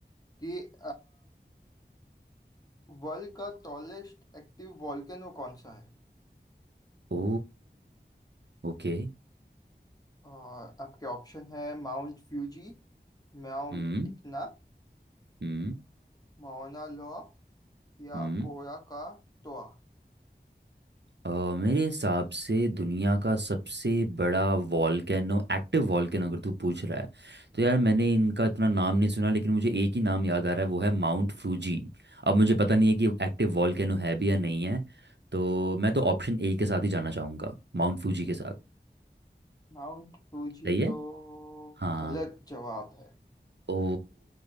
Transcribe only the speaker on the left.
कि वर्ल्ड का टॉलेस्ट एक्टिव वॉल्केनो कौन सा है
और आपके ऑप्शन है माउंट फ्यूजी माउंट
इतना
माउना लोआ या
कोरा का टोआ
हम्म
माउंट फ्यूजी
तो
गलत जवाब है